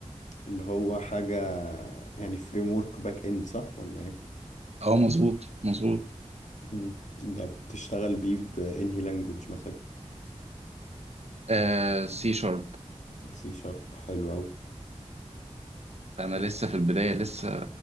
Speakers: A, on the left; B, on the right.
A: اللي هو حاجة يعني فريم ورك باك اند صح ولا ايه
B: اه مظبوط مظبوط
A: مم. ده بتشتغل بيه بانهي لانجوج مثلا
B: آه سي شارب
A: سي شارب حلو قوي
B: انا لسه في البداية لسه